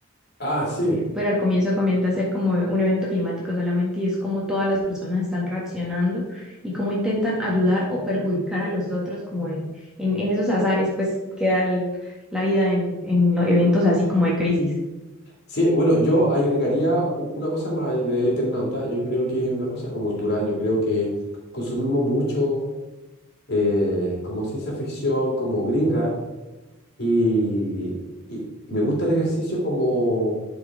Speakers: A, on the left (about 50°); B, in the centre.
A: Ah, sí.
B: pero al comienzo comienza a ser como un evento climático solamente y es como todas las personas están reaccionando y cómo intentan ayudar o perjudicar a los otros como en, en, en esos azares, pues queda la vida en, en los eventos así como de crisis.
A: Sí, bueno, yo agregaría u- una cosa más del Eternauta. Yo creo que es una cosa como cultural. Yo creo que consumimos mucho eh, como ciencia ficción, como gringa, y, y me gusta el ejercicio como